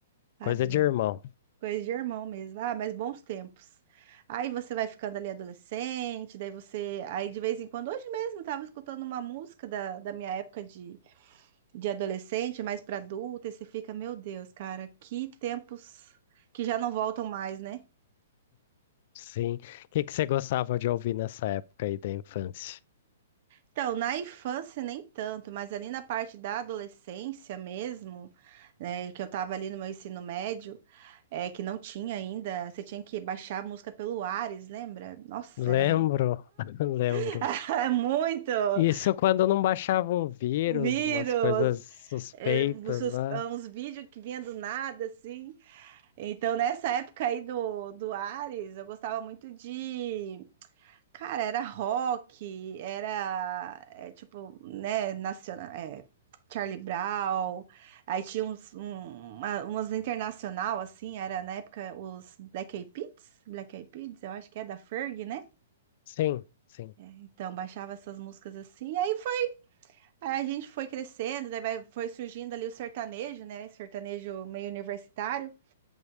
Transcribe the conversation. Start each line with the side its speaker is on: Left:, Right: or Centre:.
Right: Padrão.
Left: Coisa de irmão.
Right: Coisa de irmão mesmo. Ah, mas bons tempos. Aí você vai ficando ali adolescente, daí você. Aí de vez em quando, hoje mesmo, eu tava escutando uma música da, da minha época de, de adolescente, mais pra adulta, e você fica, meu Deus, cara, que tempos que já não voltam mais, né?
Left: Sim. O que que você gostava de ouvir nessa época aí da infância?
Right: Então, na infância nem tanto, mas ali na parte da adolescência mesmo, né, que eu tava ali no meu ensino médio, é, que não tinha ainda, você tinha que baixar a música pelo Ares, lembra? Nossa, era
Left: Lembro, <laughs>
Right: <laughs>
Left: lembro.
Right: muito
Left: Isso quando não baixava um vírus,
Right: vírus,
Left: umas coisas suspeitas
Right: é, os- os-
Left: lá.
Right: uns vídeos que vinha do nada, assim. Então, nessa época aí do, do Ares, eu gostava muito de Cara, era rock, era é, tipo, né, nacional, é, Charlie Brown, aí tinha uns, um, uma- umas internacional, assim, era na época os Black Eyed Peas, Black Eyed Peas, eu acho que é da Ferg, né?
Left: Sim, sim.
Right: Então baixava essas músicas assim, aí foi, aí a gente foi crescendo, daí vai- foi surgindo ali o sertanejo, né? Sertanejo meio universitário,